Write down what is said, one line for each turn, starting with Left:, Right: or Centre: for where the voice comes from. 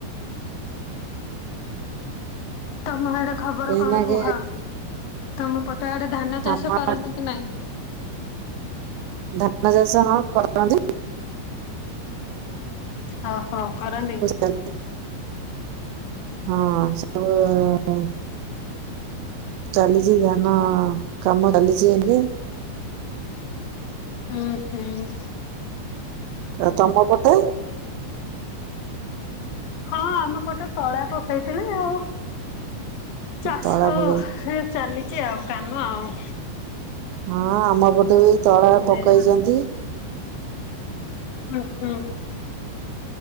Left: ତମ ଏଡେ ଖବର
Right: ଏଇନାକେ
Left: କଣ କୁହ ତମ ତମ ଆଡେ ଧାନ ଚାଷ
Right: ଆମ
Left: କରନ୍ତି କି ନାଇଁ?
Right: ଧାନ ଚାଷ ହଁ କରନ୍ତି।
Left: ଓହୋ କରନ୍ତି।
Right: <inaudible> ହଁ ସବୁ। ଚାଲିଛି ଧାନ କାମ ଚାଲିଛି ଏବେ।
Left: ହୁଁ ହୁଁ।
Right: ଆଉ ତମ ପଟେ।
Left: ହଁ ଆମେ ଗୋଟେ ତଳା ପକେଇଥିଲ ଆଉ ଚାଷ
Right: ତଳା ପକେଇ
Left: ଚାଲିଛି ଆଉ କାମ ଆଉ।
Right: ହଁ ଆମ ପଟେ ବି ତଳା ପକେଇଛନ୍ତି।
Left: ଏଇଆ ଆଉ। ହୁଁ ହୁଁ।